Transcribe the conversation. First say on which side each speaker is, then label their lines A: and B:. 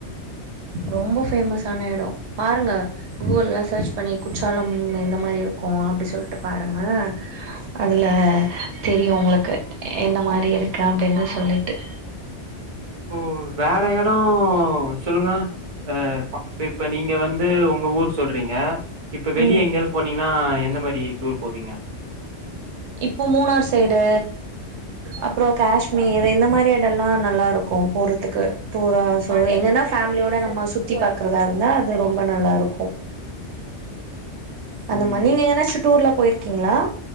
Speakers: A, on the right; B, on the right.
A: ரொம்ப ஃபேமஸான எடம் பாருங்க கூகுள்ல சர்ச் பண்ணி குற்றாலம் எந்த மாதிரி இருக்கு அப்டி சொல்ட்டு பாருங்க அதுல தெரியு உங்களுக்கு எந்த மாரி இருக்க அப்டின்னு சொல்லிட்டு
B: ஓ வேற எடோ <unintelligible> சொல்லுங்க ஆஹ் பாக் இப்ப இப்ப நீங்க வந் து உங்க ஊரு சொல்றீங்க இப்ப வெளிய
A: ம்
B: எங்கேயாவ்து போனீங்கன்னா என் இந்த மாரி டூர் போவீங்க
A: இப்போ மூணார் சைடு அப்றோ காஷ்மீர் இந்த மாரி எடோ எல்லா நல்லா இருக்கு போறதுக்கு டூரா சோ எங்கன்னா ஃபேமிலியோட நம்ம சுத்தி பாக்குறதா இருந்தா அது ரொம்ப நல்லா இருக்கு அந்த
B: ம்
A: <inaudible> நீங்க எங்கனாச்சு டூர்லா போய் இருக் கீங்ளா